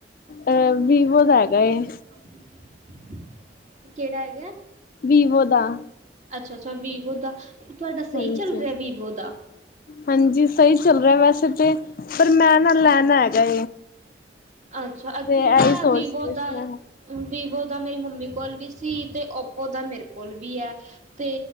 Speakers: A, on the left; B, on the right.
A: ਅ ਵੀਵੋ
B: ਲੈਪਟ
A: ਦਾ ਹੈਗਾ ਏ
B: ਟ੍ਰਾਂਸਲੇਸ਼ਨਸ਼ਨ। ਕਿਹੜਾ ਹੈਗਾ,
A: ਵੀਵੋ ਦਾ
B: ਅੱਛਾ- ਅੱਛਾ ਵੀਵੋ ਦਾ। ਤੁਹਾਡਾ ਸਹੀ
A: ਹਾਂਜੀ
B: ਚੱਲ ਰਿਹਾ ਵੀਵੋ ਦਾ।
A: ਹਾਂਜੀ ਸਹੀ ਚੱਲ ਰਿਹਾ ਵੈਸੇ ਤੇ, ਪਰ ਮੈਂ ਨਾ ਲੈਣਾ ਹੈਗਾ।
B: ਅੱਛਾ, ਐਕਚੁਲੀ
A: ਤੇ ਇਹੀ
B: ਨਾ
A: ਸੋਚ
B: ਵੀਵੋ
A: ਰਹੀ ਸੀ
B: ਦਾ
A: ਮੈਂ
B: ਏ ਵੀਵੋ ਦਾ ਮੇਰੀ ਮੰਮੀ ਕੋਲ ਵੀ ਸੀ ਤੇ ਓਪੋ ਦਾ ਮੇਰੇ ਕੋਲ ਵੀ ਹੈ। ਤੇ